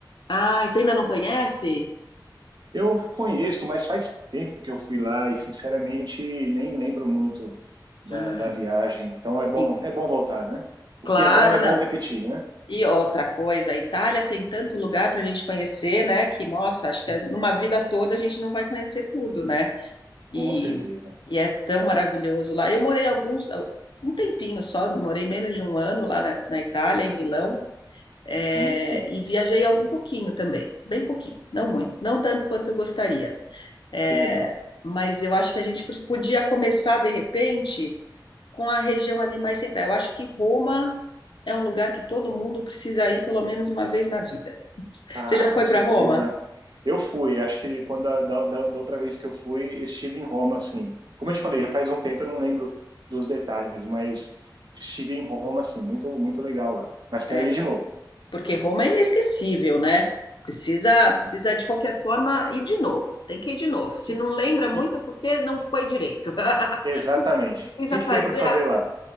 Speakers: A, on the left; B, on the right.
A: Ah, você ainda não conhece?
B: Eu conheço, mas faz tempo que eu fui lá e sinceramente nem lembro muito da,
A: Ah,
B: da viagem. Então é bom,
A: entendi.
B: é bom voltar, né? O
A: Claro,
B: que é bom é
A: não.
B: bom repetir, né?
A: E outra coisa, a Itália tem tanto lugar para a gente conhecer, né? Que, nossa, acho que é numa vida toda a gente não vai conhecer tudo, né? E,
B: Com certeza.
A: e é tão maravilhoso lá. Eu morei alguns, um tempinho só, morei menos de um ano lá na, na Itália, em Milão, é,
B: Hum,
A: e viajei um pouquinho também, bem pouquinho, não muito, não tanto quanto eu gostaria, É,
B: que legal.
A: mas eu acho que a gente podia começar, de repente, com a região ali mais central. Eu acho que Roma é um lugar que todo mundo precisa ir pelo menos uma vez na vida.
B: Ah,
A: Você já
B: com
A: foi
B: certeza.
A: para Roma?
B: Eu fui, acho que quando a- da, da, da outra vez que eu fui, eu estive em Roma, assim. Como
A: Uhum.
B: eu te falei, já faz um tempo, eu não lembro dos detalhes, mas estive em Roma, assim, muito, muito legal lá. Mas quero
A: É,
B: ir de novo.
A: porque Roma é inesquecível, né? Precisa, precisa de qualquer forma ir de novo. Tem que ir de novo. Se
B: Que,
A: não lembra
B: que,
A: muito é porque não foi direito. <laughs>
B: exatamente.
A: Precisa
B: O que que
A: fazer
B: tem para fazer lá?